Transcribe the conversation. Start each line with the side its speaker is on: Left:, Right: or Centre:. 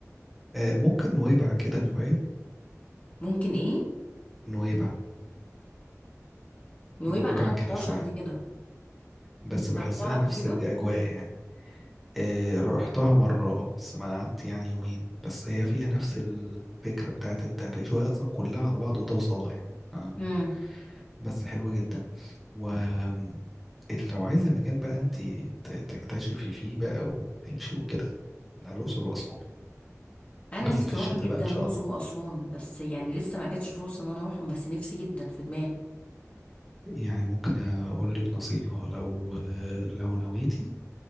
Centre: آه، ممكن نويبع كده شوية
Left: ممكن ايه
Centre: نويبع
Left: نويبع
Centre: نويبع
Left: انا ما
Centre: كده
Left: رحتهاش
Centre: شوية
Left: قبل كده
Centre: بس
Left: انت
Centre: بحسها
Left: رحتها قبل
Centre: نفس
Left: كده
Centre: الأجواء يعني آه، رحتها مرة آه، بس ما قعدت يعني يومين بس هي فيها نفس الفكرة بتاعت انت هتعيش وهي أصلا كلها على بعض أوضة وصالة يعني آه،
Left: امم
Centre: بس حلوة جدا و آم، لو عايزة مكان بقى انت ت- تكتشفي فيه بقى وتمشي وكده لا، الأقصر وأسوان
Left: انا
Centre: بس
Left: نفسي
Centre: في الشتاء
Left: اروح جدا
Centre: بقى إن شاء
Left: الاقصر
Centre: الله
Left: واسوان بس يعني لسه ما جاتش فرصه ان انا اروحهم بس نفسي جدا في دماغي
Centre: يعني ممكن أقول لك نصيحة لو آه، لو نويتي